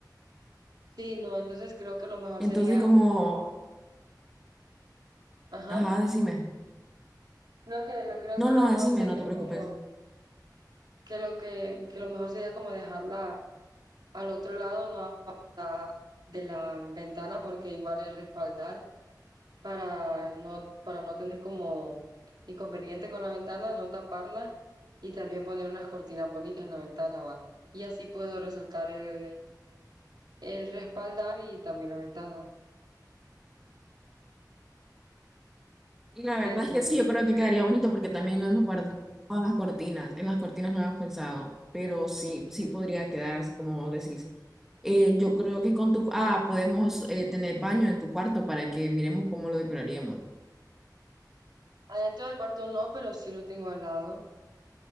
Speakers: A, on the right (about 75°); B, in the centre.
A: sí, no, entonces creo que lo mejor
B: Entonces,
A: sería,
B: como,
A: ajá,
B: ajá, decime.
A: no, que lo creo
B: No,
A: que lo
B: no,
A: mejor
B: decime,
A: sería
B: no te
A: como,
B: preocupes.
A: que lo que, que lo mejor sería como dejarla al otro lado no abajo la- de la ventana porque igual es respaldar para no, para no tener como inconveniente con la ventana, no taparla y también poner unas cortinas bonitas en la ventana va. Y así puedo resaltar el, el respaldar y también la ventana,
B: Y la
A: pienso
B: verdad es que
A: yo.
B: sí, yo creo que quedaría bonito porque también lo hemos guardado en las cortinas. En las cortinas no hemos pensado, pero sí, sí podría quedar así como vos decís. Eh, yo creo que con tu... Ah, podemos eh, tener baño en tu cuarto para que miremos cómo lo decoraríamos.
A: Adentro del cuarto no, pero sí lo tengo al lado.